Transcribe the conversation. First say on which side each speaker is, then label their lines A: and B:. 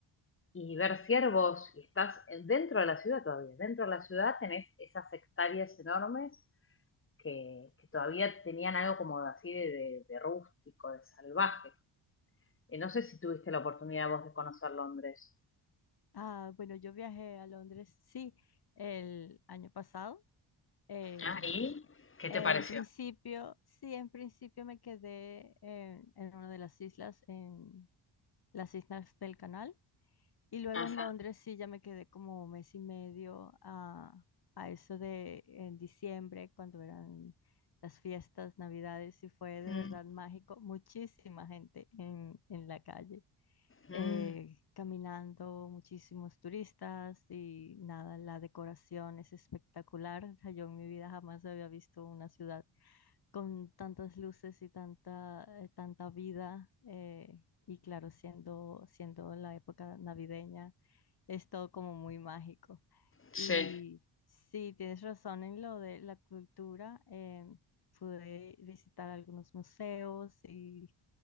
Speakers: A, on the left; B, on the left.
A: y ver ciervos y estás dentro de la ciudad todavía. Dentro de la ciudad tenés esas hectáreas enormes que, que todavía tenían algo como así de, de, de rústico, de salvaje. Eh, no sé si tuviste la oportunidad vos de conocer Londres.
B: Ah, bueno, yo viajé a Londres, sí, el año pasado. Eh,
A: Ah, ¿y qué
B: en
A: te pareció?
B: principio, sí, en principio me quedé en, en una de las islas, en las Islas del Canal. Y luego
A: Ah,
B: en
A: sa-
B: Londres, sí, ya me quedé como un mes y medio a, a eso de en diciembre, cuando eran las fiestas, Navidades, y fue de
A: Mm,
B: verdad mágico. Muchísima gente en, en la calle eh,
A: mm,
B: caminando muchísimos turistas y nada, la decoración es espectacular. O sea, yo en mi vida jamás había visto una ciudad con tantas luces y tanta, eh, tanta vida. eh, y claro, siendo, siendo la época navideña, es todo como muy mágico.
A: sí,
B: Y sí, tienes razón en lo de la cultura. em, pude visitar algunos museos y